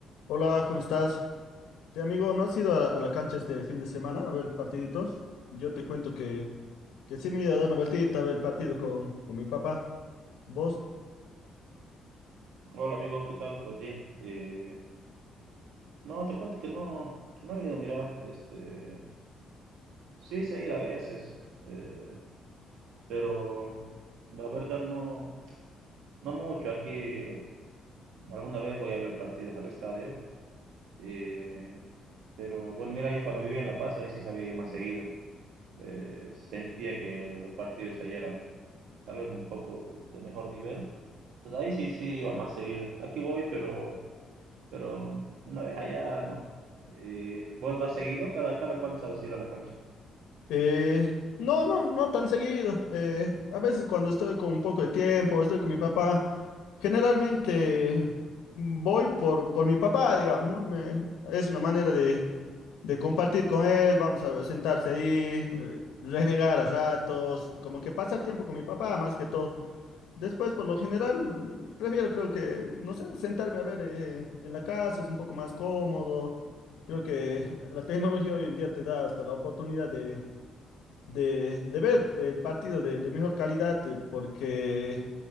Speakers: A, on the left; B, on the right.
A: Hola, ¿cómo estás? Te amigo, ¿no has ido a, a la cancha este fin de semana a ver los partiditos? Yo te cuento que, que sí me he ido a dar una vueltita a ver el partido con, con mi papá. ¿Vos?
B: Hola amigo, ¿qué tal? Buen día. Eh, no, te cuento que no, no he ido, mira, este, sí sé ir a veces, eh, pero la verdad no, no mucho. Aquí alguna vez voy a ver partidos al estadio, eh, pero bueno, mira, yo cuando vivía en La Paz ahí sí sabía ir más seguido. Eh, sentía que los partidos ahí eran tal vez un poco de mejor nivel, entonces ahí sí sí iba más seguido. Aquí voy, pero pero una vez allá, ¿no? Eh, ¿vos vas seguido? ¿Cada, cada cuándo sabes ir a la cancha?
A: Eh, no, no, no tan seguido. Eh, a veces cuando estoy con un poco de tiempo, estoy con mi papá, generalmente voy por, por mi papá, digamos, ¿no? Me- es una manera de, de compartir con él, vamos a ver, sentarse ahí, eh, renegar a ratos, como que pasar tiempo con mi papá más que todo. Después, por lo general, mm, prefiero creo que, no sé, sentarme a ver eh, en la casa, es un poco más cómodo. Creo que la tecnología hoy en día te da hasta la oportunidad de, de, de ver el partido de, de mejor calidad, eh, porque